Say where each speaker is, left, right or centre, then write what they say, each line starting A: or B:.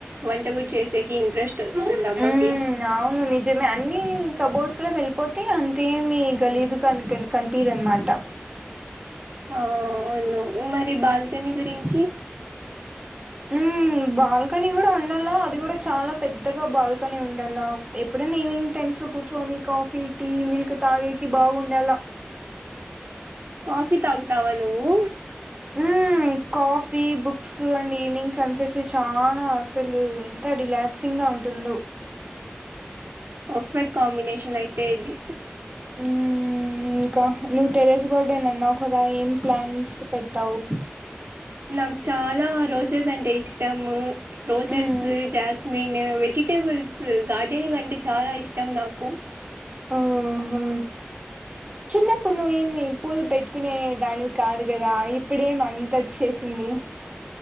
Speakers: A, on the right (about 60°); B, on the right (about 25°).
A: వంట గుడ సేకి ఇంట్రెస్ట్ వస్తుంది అమ్మకి
B: ఉమ్ అవును నిజమే అన్ని కబోర్డ్స్ లో వెళ్ళిపోతే అంతేమీ గలీజ్ కని కంపీదనమాట
A: ఆ అవును మరి బాల్కనీ గురించి
B: మ్మ్ బాల్కనీ గుడ ఉండల అది గుడ చాలా పెద్దగా బాల్కనీ ఉండల ఎప్పుడైనా ఈవినింగ్ టైమ్ సు కుర్చోని కాఫీ టీ మిల్క్ తాగేకి బాగుండాల
A: కాఫి తాగుతావా నువ్వు
B: ఉమ్ coffee books and evening sunsets చాలా అసలు ఎంత రిలాక్సింగ్ గా ఉంటుందో
A: పర్ఫెక్ట్ కాంబినేషన్ అయితే ఇది
B: మ్మ్ నువ్వు టెరేస్ గార్డెన్ అన్నావ్ కదా ఏం ప్లాన్స్ పెట్టావు
A: నాకు చాలా రోసెస్ అంటే ఇష్టము రోసెస్
B: మ్మ్
A: జాస్ మీన్ వెజిటబుల్స్ గార్డెనింగ్ అంటే చాలా ఇష్టం నాకు
B: ఓహో చిన్నప్పుడు నువ్వేమి పూలు పెట్ కునే దానివి కాదు గదా ఇప్పుడేం అంతొచ్చేసింది